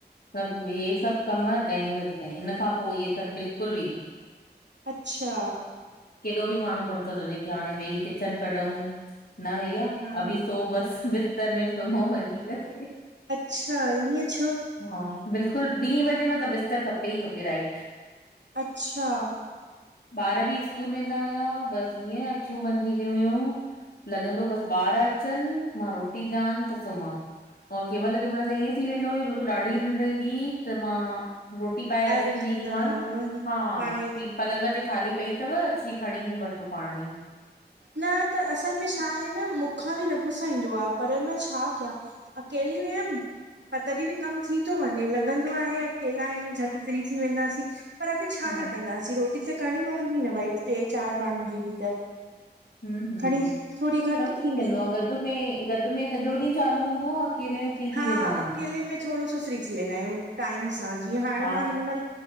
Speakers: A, on the left; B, on the right.
A: सभु हे सभु कम ॾहें बजे ताईं इन खां पो इहे सभु बिल्कुल बि न।
B: अच्छा।
A: केॾो बि माण्हू फुरसत हूजे की हाणे वेई किचन कढूं न भईया।
B: हा
A: अभी सो बस बिस्तर में सुम्हऊं वञी करे।
B: अच्छा, ईअं छो?
A: हा, बिल्कुलु ॿी बजे मतिलबु बिस्तर खपे ई खपे राइट।
B: अच्छा।
A: ॿार बि स्कूल वेंदा हुया, बसि ईअं अखियूं बंदि थींदी हुयूं, लॻंदो बसि ॿार अचनि, मां रोटी ॾियानि त सुम्हां। ओ कंहिंमहिल कंहिंमहिल त ईअं थी वेंदो हुयो बिल्कुलु ॾाढी निंड ईंदी ही त मां रोटी पाए रखे
B: रखंदा
A: छॾींदी मान,
B: हुआ
A: हा
B: पाण ई
A: पलंग ते थाली पई तव अची खणी वठो पाण ई।
B: न त असल में छा आहे न मूंखां बि न पुसाईंदो आ, पर न छा कयां? अकेली हुयम पर तॾहिं बि कमु थी तो वञे लॻंदो आहे अकेला आयूं झटि फ्री थी वेंदासीं, पर आखिर छा
A: हा
B: न कंदासीं, रोटी त करिणी पवंदी न भई टे चारि माण्हुनि जी बि त,
A: हु -हुं,
B: खणी थोरी घटि
A: पर थी
B: थींदी
A: वेंदो आ गॾ में गॾ में सॼो ॾींहुं चालू हूंदो आ। अकेले में फ्री
B: हा,
A: थी वेंदा आहियूं।
B: अकेले में थोड़ो सो फ्री थी वेंदायूं, टाइम सां जीअं हाणे
A: हा
B: मां हिनमहिल